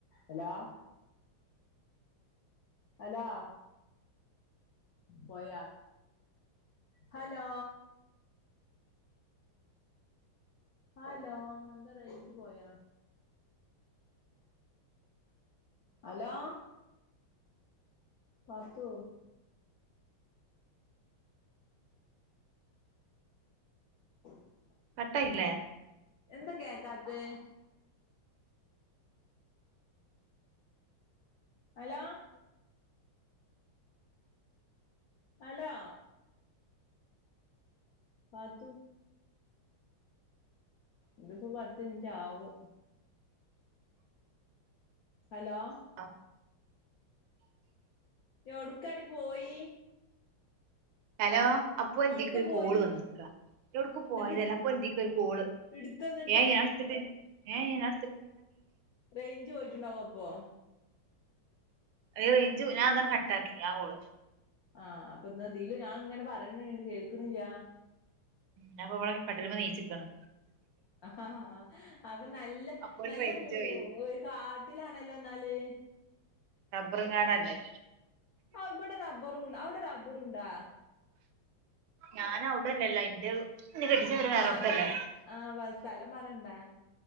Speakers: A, on the left; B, on the right.
A: അലോ അലോ പോയ ഹലോ ഹാല്ലോ എന്താ റേഞ്ച് പോയാ അലോ പാത്തൂ <unintelligible>
B: കട്ടായില്ലേ
A: എന്തൊക്കെയാ ക്കാത് അലോ അലോ പാത്തു ഇതിപ്പോ പത്ത് മിനിറ്റ് ആവും ഹലോ
B: അ
A: ഒടുക്കാടി പോയി
B: ഹലോ അപ്പൊ ഇന്റീക്ക്
A: എവിടുക്ക
B: ഒരു
A: പോയി
B: കോള് വന്നു എടുക്കും
A: എന്നിട്ട്
B: പോയതല്ല
A: ഇട്
B: അപ്പൊ ഇതിക്ക് ഒരു കോള്
A: ഇടുത്തന്നിട്ട്
B: ഏ ഞാൻ എടുത്തിട്ട് ഏയെ നാ
A: റേഞ്ച് പോയിട്ടുണ്ടാവോ അപ്പൊ
B: അയ് റേഞ്ച് ഞാൻ അതങ്ങ് കട്ടാക്കി ആ കോള്
A: ആഹ് അപ്പൊ ഇന്നിതില് ഞാൻ ഇങ്ങനെ പറയണ് കേക്കണില്ല്യ
B: ഞാൻപ്പൊ ഇവിടെ കട്ടില്മ്മേ നീച്ചിക്കണ്
A: ആഹഹാ അപ്പൊ നല്ല
B: അപ്പോൾ
A: നല്ല
B: റേഞ്ച്
A: മു
B: പോയി
A: ഒരു കാട്ടിലാണല്ലോ എന്നാല്
B: റബറുങ്കാടല്ലേ
A: ആ ഇവിടെ റബ്ബറും അവിടെ റബ്ബറുണ്ടാ?
B: ഞാൻ അവിടല്ലല്ലോ ഇന്റെ ഇന്നെ കെട്ടിച്ചവര് വേറെോടത്തല്ലേ
A: ആഹ് പറ ആ വ സ്ഥലം പറണ്ടാ